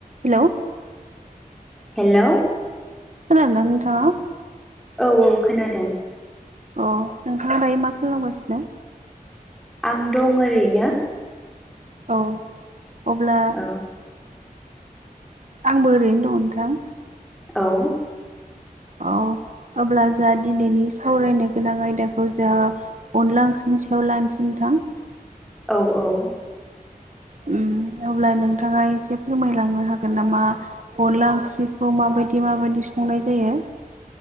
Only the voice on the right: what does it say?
hello
खोनादों ना नोंथां
अ नोंथाङा दायो मा खालामगासिनो
औ अब्ला
आंबो ओरैनो दं नोंथां
अ अब्ला जा दिनैनि सावरायनो गोनां आयदाखौ जा अनला ओख्रिनि सायाव लाखिनोसै नोंथां
उम अब्ला नोंथाङा एसे फोरमायलांनो हागोन नामा अनला ओंख्रिखौ माबायदि माबायदि संनाय जायो